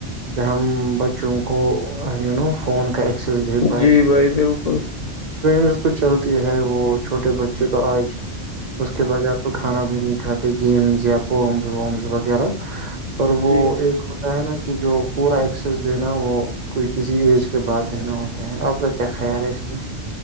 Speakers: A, on the right; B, on the left.
A: کہ ہم بچوں کو یو نو فون کا س دی پائے
B: جی بھائی بالکل
A: وس تو چلتی ہے وہ چھوٹے بچے تو آج اس کے بعد آپ تو کھانا بھی نہیں کھاتے گیمز یا پمس ومس وغیرہ پر وہ
B: جی
A: ایک ہوتا ہے نا کہ جو پورا ایکسیس دینا وہ کوھ کسی ایج کے بعد دنا ہوتا ہے آپ کا کیا خیال ہے اس میں